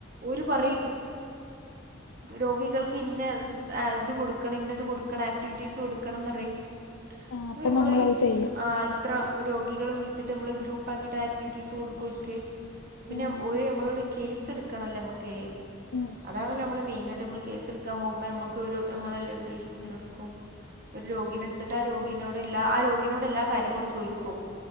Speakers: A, on the right (about 50°); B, on the left (about 90°).
A: ഒരു പറി രോഗികൾക്ക് ഇന്ന ഇത് കൊടുക്കണം ഇന്നത് കൊടുക്കണം ആക്ടിവിറ്റീസ് കൊടുക്കണംന്ന് പറയും
B: ആഹ്
A: അപ്പൊ നമ്മള്
B: നമ്മളത് ചെയ്യും
A: ഇത്ര രോഗി കുട്ടികൾ വിളിച്ചിട്ട് നമ്മള് ഗ്രൂപ്പ് ആകീട്ട് ആക്ടിവിറ്റീസ് കൊടുക്കും അവർക്ക് പിന്നെ
B: ഉം
A: ഒര് നമ്മളോട് കേസ് എട് ക്കണല്ലമുക്കെ
B: ഉം
A: അതാണല്ലോ നമ്മള് മെയി എന്നിട്ട് നമ്മള് കേസെടുക്കാൻ പോകുമ്പോ നമുക്ക് ഒരു നല്ലൊരു പേഷ്യൻസിനെ എടുക്കും ഒരു രോഗീനെ എടുത്തിട്ട് ആ രോഗിനോട് എല്ലാ ആ രോഗിനോടെല്ലാ കാര്യങ്ങളും ചോദിക്കും